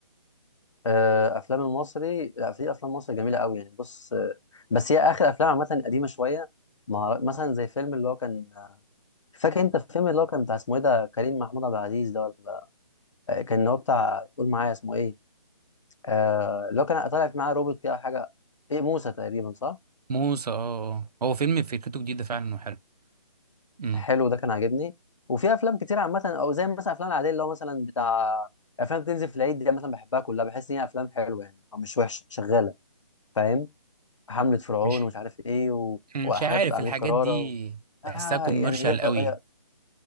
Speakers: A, on the left; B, on the right.
A: آه افلام المصري لا في افلام مصري جميله قوي يعني بص آه، بس هي اخر افلام عامه قديمه شويه ما أعرف- مثلا زي فيلم اللي هو كان فاكر انت الفيلم اللي هو كان بتاع اسمه ايه ده كريم محمود عبد العزيز ده آه، كان هو بتاع قول معايا اسمه ايه آه اللي هو كان طالع في معاه روبوت كده حاجه ايه موسى تقريبا صح
B: موسى اه اه هو فيلم فكرته جديدة فعلا وحلو امم
A: حلو ده كان عاجبني وفي افلام كتير عامه او زي مثلا افلام العاديه اللي هو مثلا بتاع افلام بتنزل في العيد دي مثلا بحبها كلها بحس ان هي افلام حلوه يعني او مش وحشه شغاله فاهم حمله فرعون
B: مش
A: ومش عارف ايه و...
B: مش
A: وحاجات
B: عارف
A: بتاع
B: الحاجات
A: امير كرارة
B: دي
A: و... آه
B: بحسها كوميرشال
A: يعني هي
B: قوي
A: هي,